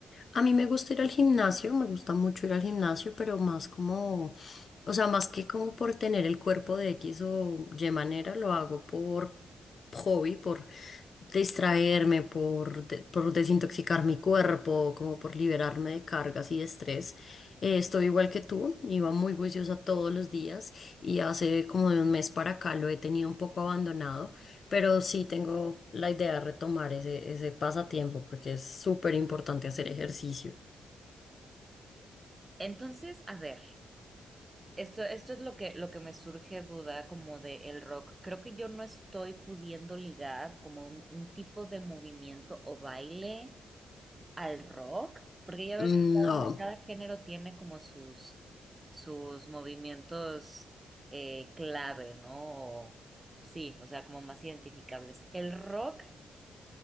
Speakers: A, on the left (about 55°); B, on the right (about 25°).
A: A mí me gusta ir al gimnasio, me gusta mucho ir al gimnasio, pero más como, o sea, más que como por tener el cuerpo de X o Y manera, lo hago por hobby, por distraerme, por, de- por desintoxicar mi cuerpo, como por liberarme de cargas y de estrés. Eh, estoy igual que tú, iba muy juiciosa todos los días y hace como de un mes para acá lo he tenido un poco abandonado. Pero sí tengo la idea de retomar ese, ese pasatiempo porque es súper importante hacer ejercicio.
B: Entonces, a ver, esto, esto es lo que, lo que me surge duda como de el rock. Creo que yo no estoy pudiendo ligar como un un tipo de movimiento o baile al rock, porque ya ves
A: No,
B: que cada, cada género tiene como sus, sus movimientos eh, clave, ¿no? O- sí, o sea, como más identificables. El rock,